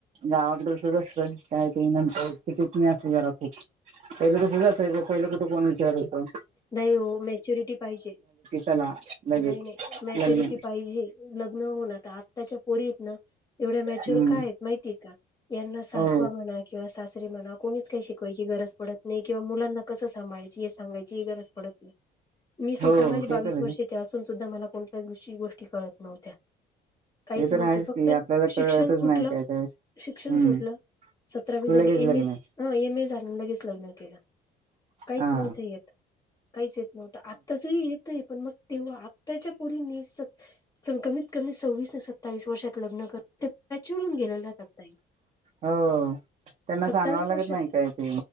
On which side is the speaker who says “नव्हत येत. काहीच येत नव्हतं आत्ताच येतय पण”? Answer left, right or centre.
Left